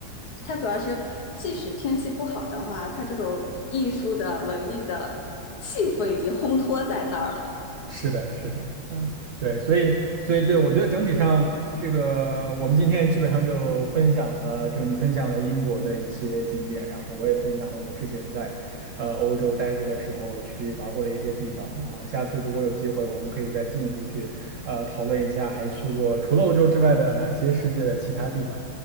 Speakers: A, on the left (about 55°); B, on the right (about 85°).
A: 它主要是即使天气不好的话，它这种艺术的、文艺的气氛已经烘托在那儿了。
B: 是的，是的，嗯，对，所以，所以，对，我觉得整体上，这个我们今天基本上就分享了，这个你分享了英国的一些景点，然后我也分享了我之前在呃欧洲待着的时候去玩过的一些地方，然后下次如果有机会，我们可以再进一步去呃讨论一下，还去过除了欧洲之外的哪些世界的其他地方。